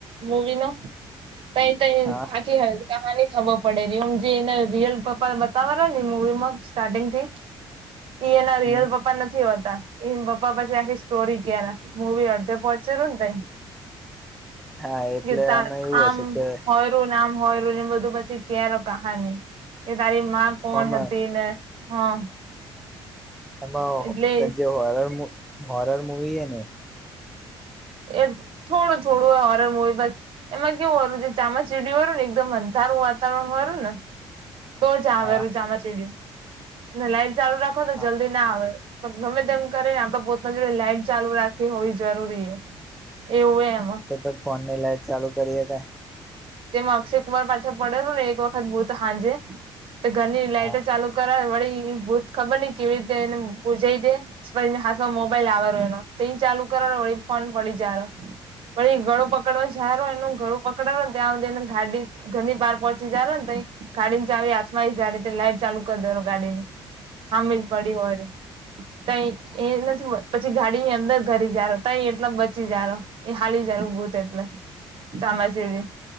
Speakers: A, on the right (about 60°); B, in the centre.
A: મૂવી નો તઈ તઈ
B: હા
A: આખી હ કહાની ખબર પડે ર ઓમ જે એને રિયલ પપ્પાને બતાવાના ને મુવી માં સ્ટારિંગ થી ના
B: હમ
A: રિયલ પપ્પા ન એને પપા પછી આખી સ્ટોરી ક્યારે મવી અડધે પહોંચેું ને તઈ
B: હા એટલે
A: ગીતાર
B: આમાં એવું
A: આમ
B: હશે કે
A: હોય રુંને આમ હોય રું ને બધું પછી કાર કહાની કે તારી માં કોણ
B: આમ
A: હતી ને હા
B: એમાં
A: એટલે
B: જે હોર હોરર મુવી હ ને
A: એ થોડું થોડું ઓરર હોય બસ એમાં કેવું હો છે ચામચીડી હોરું ને એકદમ અંધા સારું વાતાવરણ વારું ને તો જ આવે
B: હા
A: એમ ચામાચીડી અને લાઈટ ચાલુ રાખો તો
B: હા
A: જલ્દી ના આવે ગમે તેમ કરી ને આપડ પોતના જોડે લાઈટ ચાલુ રાખવી હોવી જરૂરી એવું એ
B: તો તો ફોન ની લાઈટ ચાલુ કરીએ કે
A: તેમાં અક્ષય કુમાર પાછા પડેલું ને એક વખત ભૂત હાજે તો ઘરની લાઈઇટર
B: હા
A: ચાલુ કરાય વળી ભૂત ખબર નહ કેવી રીતે એને પુજાઈ દે પણ હાથમાં મોબાઈલ આવવારો એનો તો એ ચાલુ કર વળી ફોન પડી જાર પણ એ ગળું પકડવા જારો એનું ગળું પકડો ત્યાને ગાડી ગંધની પાર પહોંચી જ ને ત ગાડી ને ચાવી આસમા જ ર લાઈટ ચાલુ કરી દે ગાડીને હામે જ પડી હોય ત એ નથી પછી ગાડી ની અંદર ઘરી જારો ત એટલા બચી જાર એ હા બજારું ભૂત એટલે ચમાાચેડી